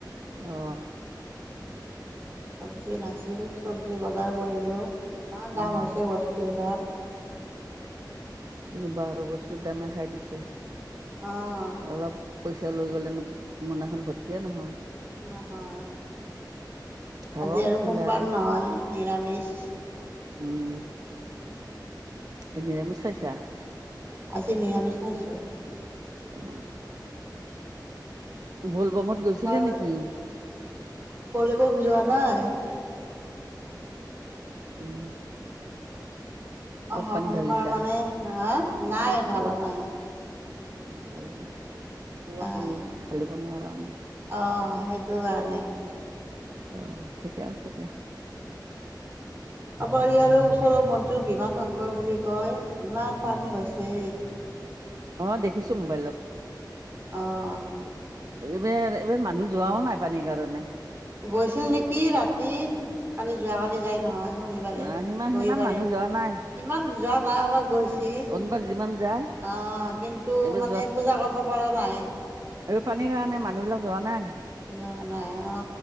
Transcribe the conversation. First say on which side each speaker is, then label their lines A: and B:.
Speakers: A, on the right; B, on the right.
A: অ
B: চব্জি নাছিল চব্জি বজাৰ কৰিলো। ইমান
A: উম
B: দাম হৈছে বস্তুবিলাক।
A: কি কবা আৰু বস্তুৰ দামে খাই দিছে।
B: অ
A: অলপ পইচা লৈ গ'লে মোনাখন ভৰ্তিয়ে নহয়।
B: নহয়
A: খাবাও
B: আজি আৰু
A: নোকোলাই
B: সোমবাৰ নহয় নিৰামিষ।
A: উম। এ নিৰামিষ খাইছা?
B: আজি নিৰামিষ খাইছোঁ।
A: অ <unintelligible>
B: সোমবাৰ।
A: গৈছিলে নেকি
B: বলে বম যোৱা নাই?
A: উম ক'ত
B: অহ
A: পানী
B: সোমবাৰ
A: ঢালিছা
B: মানে, হে নাই ঢালা
A: ক'ত
B: নাই?
A: <unintelligible>
B: নাই অ সেইটো কাৰণে।
A: অ ঠিকে আছে দিয়া।
B: আমাৰ ইয়াৰে ওচৰৰ মন্দিৰ ভীমা শংকৰ বুলি কয় ইমান পানী হৈছে
A: অ দেখিছো মোবাইলত
B: অঁ
A: এইবেৰ এইবাৰ মানুহ যোৱাও নাই পানীৰ কাৰণে
B: গৈছিল নেকি ৰাতি কালি যোৱাকালি যাই নহয় শনিবাৰে
A: অ' সিমান
B: ৰবিবাৰে
A: সিমান মানুহ যোৱা নাই
B: ইমান যোৱা নাই অলপ গৈছে কি
A: অনবাৰ যিমান যায়
B: অ কিন্তু
A: এইবাৰ
B: মানে পূজা কৰিব পৰা নাই
A: আৰু পানীৰ কাৰণে মানুহবিলাক যৱা নাই
B: যোৱা নাই অ